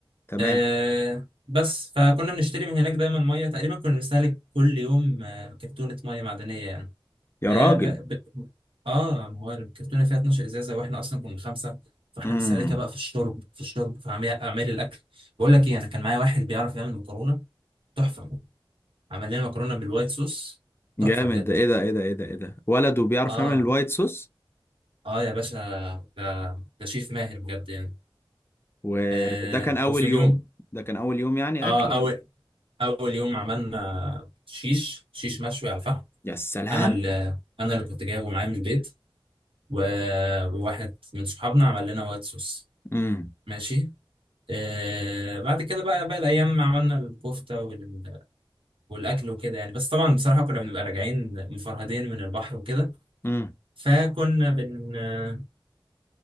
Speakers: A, on the left (about 25°); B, on the right (about 75°).
A: تمام
B: آه بس فكنا بنشتري من هناك دايما ميه تقريبا كنا بنستهلك كل يوم آه، كرتونه ميه معدنيه يعني
A: يا
B: اه
A: راجل
B: لا، ب- اه ما هو الكرتونه فيها 12 ازازه واحنا اصلا كنا خمسه فاحنا
A: امم
B: مستهلكه بقى في الشرب في الشرب في عملي- اعمال الاكل بقول لك ايه انا كان معايا واحد بيعرف يعمل مكرونه تحفه عمل لنا مكرونه بالوايت صوص تحفه
A: جامد
B: بجد
A: ده ايه ده ايه ده ايه ده ايه ده ولد وبيعرف
B: اه
A: يعمل الوايت صوص
B: اه يا باشا ده ده شيف ماهر بجد يعني
A: وده
B: آه
A: كان اول
B: وفي اليوم
A: يوم ده كان اول يوم يعني
B: اه
A: اكل
B: اول اول يوم عملنا شيش شيش مشوي على الفحم
A: يا سلام
B: انا اللي انا اللي كنت جايبه معايا من البيت و... وواحد من صحابنا عمل لنا وايت صوص
A: امم
B: ماشي آه بعد كده بقى باقي الأيام عملنا الكفتة وال... والأكل وكده يعني بس طبعا بصراحة كنا بنبقى راجعين مفرهدين من البحر وكده
A: امم
B: فكنا بن آه،